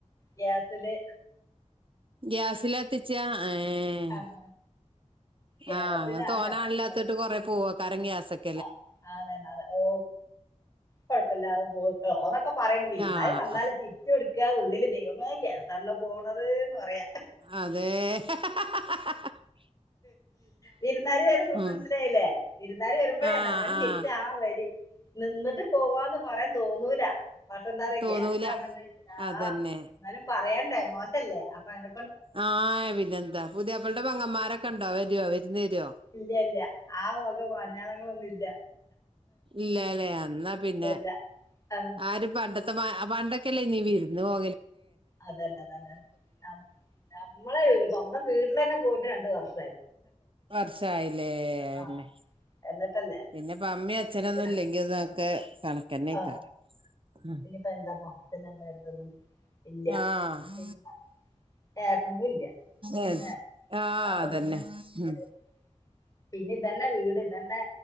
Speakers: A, on the left (about 25°); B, on the right (about 45°).
A: ഗ്യാസില്
B: ഗ്യാസില കത്തിച്ച ഏഹ്
A: ആഹ് ഗ്യാസിലാണ്
B: ആ ഇങ്ങള് തോനെ
A: കത്തിക്കുന്നത്
B: ആളില്ലാതോണ്ട് കൊറെ പോവാ പറഞ്ഞ ആസക് <unintelligible>
A: ആഹ് അതന്നെ അതെ ഓ കൊഴപ്പില്ലാതെ പോവു ഒപ്പൊ പറയ വിരിന്നാര്
B: ആഹ്
A: വന്നാല് ചിരിച്ച കൊടുക്കുക ഉള്ളില് ദൈവമെ ഗ്യസ ല്ലേ പോണത് ന്ന് പറയാ
B: അതെ ഹ് ഹാ ഹ <unintelligible>
A: വിരുന്നാർ വരുമ്പൊ
B: ഉം
A: മനസ്സിലായില്ലേ വിരുന്നാർ വരുമ്പോഴേ
B: ആഹ്
A: നല്ല
B: ആഹ്
A: ചരിച്ച ആ വരി നിന്നിട്ട് പോവാന്ന് പറയാൻ തോന്നൂല പക്ഷെ എന്താ പറ
B: തോന്നൂല
A: ഗ്യാസ് ആണല്ലോ വി
B: അതന്നെ
A: എന്നാലും പറയണ്ടേ മോശല്ലേ അപ്പൊ അങ്ങനെ
B: ആ പിന്നെന്താ പുതിയപ്പളടെ പങ്ങന്മാരൊക്കെ ഉണ്ടോ വര്യോ വിരുന്ന് വര്യോ
A: ഇല്ല ഇല്ല ആ വക മാഞ്ഞാളങ്ങളൊന്നും ല്ല
B: ഇല്ലല്ലേ എന്നാ പിന്നെ
A: ഇല്ല ഇല്ല ആ,
B: ആരും പണ്ട പണ്ടൊക്കെല്ലേ നീ വിരുന്നു പോ
A: അതല്ലെ അതല്ലെ ന നമ്മളെ സ്വന്തം വീട്ടില് തന്നെ പോയിട്ട് രണ്ട് വർഷം
B: വർഷയിലേന്നെ
A: ആ എന്നിട്ടല്ലേ
B: പിന്നെ ഇപ്പ അമ്മിയ അച്ഛനൊന്നും
A: ഇല്ല
B: ഇല്ലെങ്കി അനക്കെ കണക്കന്നെക്
A: ആ
B: ഉം
A: ഇനിയിപ്പോ എന്താപ്പം പിന്നെ എന്താ അടുത്തൊന്നും ഇല്ല
B: ആഹ്
A: പിന്നെ ഏട്ടനും ഇല്ല പിന്നെ
B: ഏ ആഹ്
A: അപ്പൊ
B: അതന്നെ
A: പിന്നെ
B: ഉം
A: ഒരു- പിന്നെ ഇതന്നെ വീട് ഇതന്നെ